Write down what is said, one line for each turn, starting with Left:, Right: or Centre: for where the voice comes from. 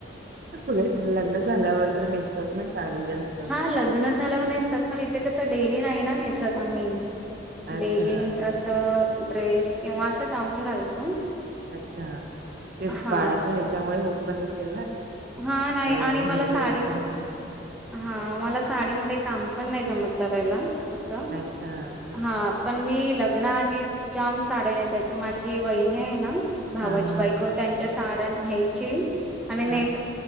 Right: कुढ लग्न झाल्यावर तर नेसतात ना सााडी जास्त.
Centre: हा लग्न झाल्यावर नेसतात पण इथे कसं डेली नाही ना नेसत आम्ही.
Right: अच्छा
Centre: डेली असं ड्रेस किंवा असं गाऊन घालतो.
Right: अच्छा ते
Centre: हा
Right: बाळाच्या ह्याच्यामुळे उत्पन्न अससेल ना
Centre: हा नाही
Right: अ
Centre: आणि
Right: हे
Centre: मला
Right: करत
Centre: साडी
Right: राहावं
Centre: हा मला साडीमध्ये काम पण नाही जमत करायला कसं
Right: अच्छा अच्छा
Centre: हा पण मी लग्ना आधी जाम साड्या नेसायचे माझी वहिनी आहे ना. भावाची
Right: हा हा
Centre: बायको
Right: हा
Centre: त्यांच्या साड्या घ्यायची आणि नेस
Right: हा हा